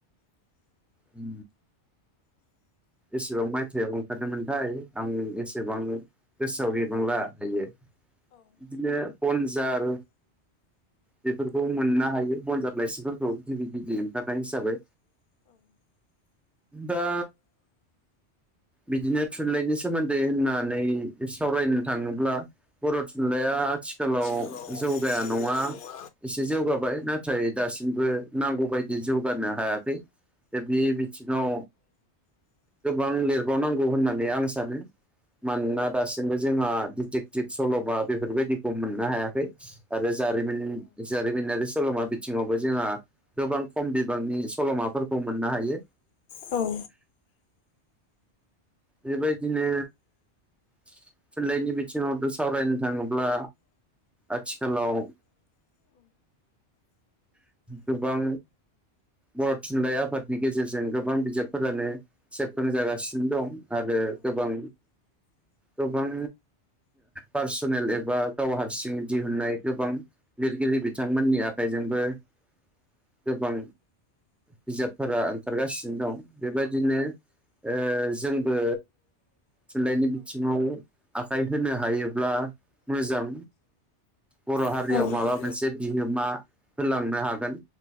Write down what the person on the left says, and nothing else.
औ
औ
औ
औ
नोंथांजों